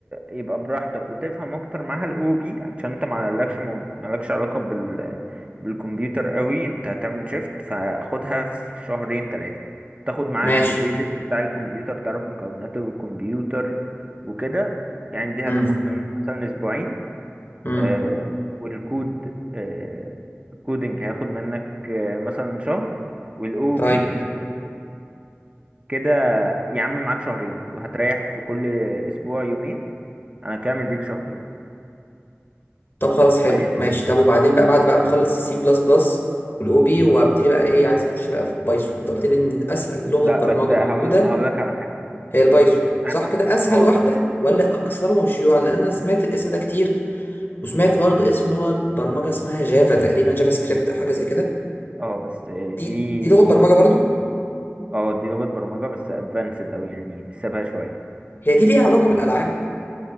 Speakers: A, on the right (about 25°); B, on the left (about 50°).
A: يبقى براحتك وتفهم اكتر معاها الاو بي عشان انت ما لكش مو... ما لكش علاقة بال بالكمبيوتر قوي انت هتعمل شيفت فاخدها في شهرين ثلاثة تاخد معاها
B: ماشي
A: البيزك بتاع الكمبيوتر تعرف مكونات الكمبيوتر وكده يعني دي
B: امم
A: هتاخد منك مثلا اسبوعين
B: امم
A: آه والكود آه الكودنج هياخد منك آه مثلا شهر والاو
B: طيب
A: بي اسبوع كده يا عم معاك شهرين وهتريح في كل اسبوع يومين انا كده مديك شهرين
B: طب خلاص
A: كويس
B: حلو ماشي طب وبعدين بقى بعد بقى ما أخلص السي بلس بلس والأو بي وأبتدي بقى إيه عايز أخش بقى في بايثون أنت قلت لي إن أسهل لغة
A: لا
B: برمجة
A: بس هقول
B: موجودة
A: هقول لك على حاجه
B: هي البايثون صح
A: أنا-
B: كده أسهل
A: اه
B: واحدة ولا أكثرهم شيوعا لأن أنا سمعت الاسم ده كتير وسمعت برضو اسم لغة برمجة اسمها جافا تقريبا جافا سكريبت أو حاجة زي كده
A: اه بس دي
B: دي دي لغة برمجة برضو
A: اه دي لغه برمجه بس ادفانسد او يعني سيبها شويه
B: هي دي ليها علاقة
A: و...
B: بالألعاب